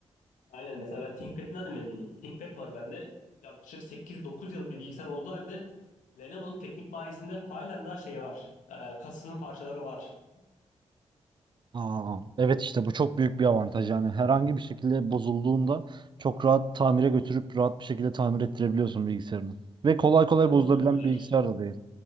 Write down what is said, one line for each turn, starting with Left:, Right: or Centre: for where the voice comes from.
Left: Aynen mesela ben ThinkPad'inden de memnunum. ThinkPad var bende. Yaklaşık sekiz dokuz yıllık bir bilgisayar olduğu halde Lenovo'nun teknik bayisinde halen daha şey var. Ee, kasasının parçaları var.
Right: Aa, evet işte bu çok büyük bir avantaj yani herhangi bir şekilde bozulduğunda çok rahat tamire götürüp rahat bir şekilde tamir ettirebiliyorsun bilgisayarını. Ve kolay kolay
Left: Ve uzun
Right: bozulabilen
Left: ömürlüler.
Right: bir bilgisayar da değil.